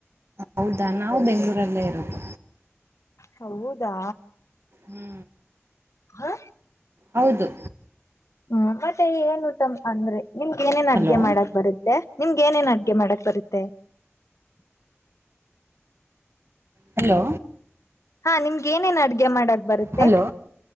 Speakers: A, on the right; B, on the left.
A: ಹೌದಾ ನಾವು ಬೆಂಗಳೂರಲ್ಲೆ ಇರೋದು.
B: ಹೌದಾ
A: ಹ್ಞೂ
B: ಹಾ!
A: ಹೌದು
B: ಹ್ಮ್ ಮತ್ತೆ ಏನ್ ಊಟ ಅಂದ್ರೆ ನಿಮ್ಗ ಏನೇನ್ ಅಡ್ಗೆ
A: ಹಲೋ
B: ಮಾಡಕ್ ಬರುತ್ತೆ. ನಿಮ್ಗೆ ಏನ್ ಏನ್ ಅಡ್ಗೆ ಮಾಡಕ್ ಬರುತ್ತೆ
A: ಹಲೋ
B: ಹಾ ನಿಮ್ಗೆ ಏನೇನ ಅಡ್ಗೆ ಮಾಡಕ್ ಬರುತ್ತೆ
A: ಹಲೋ